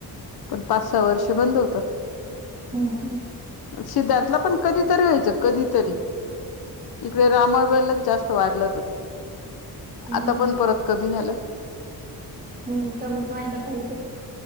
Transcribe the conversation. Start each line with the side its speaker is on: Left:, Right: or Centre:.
Left: पण पाच, सहा वर्ष बंद होतं.
Right: हम् हम्.
Left: सिद्धार्थला पण कधीतरी व्हायचं कधीतरी इकडे रामा वलाच जास्त वाढलंतच
Right: हम्म.
Left: आता पण परत कमी झालं.
Right: हम् कमीच व्हायला पाहिजे.